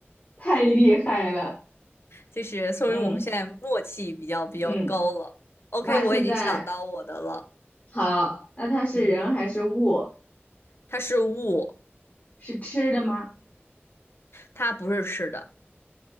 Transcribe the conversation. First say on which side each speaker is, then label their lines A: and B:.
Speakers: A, on the left; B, on the left.
A: 太厉害了。
B: 就是说明我们现在默契比较比较高了。
A: 嗯嗯，
B: OK，
A: 那现在
B: 我已经想到我的了，
A: 好，那它是人还是物？
B: 嗯，它是物，
A: 是吃的吗？
B: 它不是吃的，